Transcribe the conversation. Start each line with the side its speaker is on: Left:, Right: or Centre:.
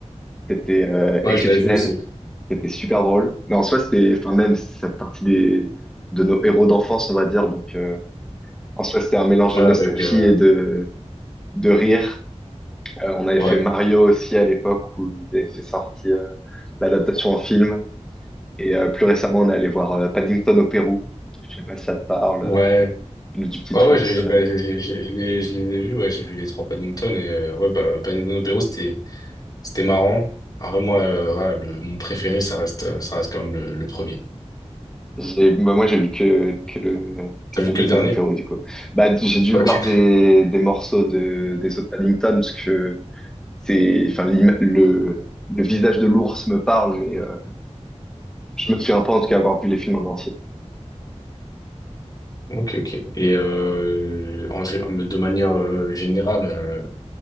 Centre: C'était euh,
Left: Ouais,
Centre: exceptionnel.
Left: je l'avais vu aussi.
Centre: C'était super drôle. Mais en soi, c'était, enfin, même cette partie des, de nos héros d'enfance, on va dire. Donc, euh, en soi, c'était un mélange
Left: Ouais,
Centre: de
Left: avec,
Centre: nostalgie
Left: euh,
Centre: et de de rire. Euh, on avait
Left: ouais.
Centre: fait Mario aussi à l'époque où ils avaient fait sortir euh, l'adaptation en film. Et euh, plus récemment, on est allé voir euh, Paddington au Pérou. Je sais pas si ça te parle,
Left: Ouais.
Centre: euh, le du petit
Left: Ouais, ouais,
Centre: ours.
Left: j'ai- j'ai-
Centre: euh.
Left: bah, j'ai- j'ai- je les, je les ai vus, ouais, j'ai vu les trois Paddington et, euh, ouais, bah, Paddington au c'était, C'était marrant. Après, moi, euh, voilà, le- mon préféré, ça reste, euh, ça reste quand même le, le premier.
Centre: J'ai- bah, moi, j'ai vu que, que, le,
Left: T'as
Centre: que Paddington
Left: vu que le dernier?
Centre: au Pérou, du coup. Bah, j'ai dû
Left: Ok.
Centre: voir des, des morceaux de, des autres Paddington parce que c'est, enfin, l'im- le, le visage de l'ours me parle, mais euh, je me souviens pas en tout cas avoir vu les films en entier.
Left: Ok, ok. Et euh, en, gé- de manière euh, générale, euh,